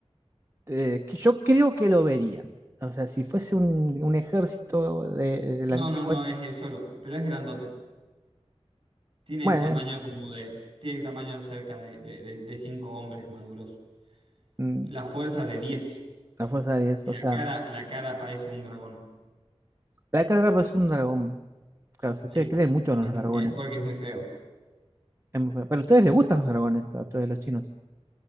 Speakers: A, on the right; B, on the right.
A: eh, que yo creo que lo vería. O sea, si fuese un, un ejército de, de la
B: No,
A: antigua
B: no, no,
A: China,
B: es él solo, pero es grandote. Tiene
A: Bueno,
B: el tamaño como de... Tiene el tamaño cerca de, de, de- de cinco hombres maduros.
A: mm,
B: La fuerza de 10
A: la fuerza de 10.
B: Y
A: O
B: la
A: sea,
B: cara, la cara parece un dragón.
A: la carga es un dragón. Claro, si
B: Sí,
A: ustedes creen mucho en
B: es,
A: los dragones.
B: es porque es muy feo,
A: es muy feo. Pero a ustedes les gustan los dragones, a todos los chinos.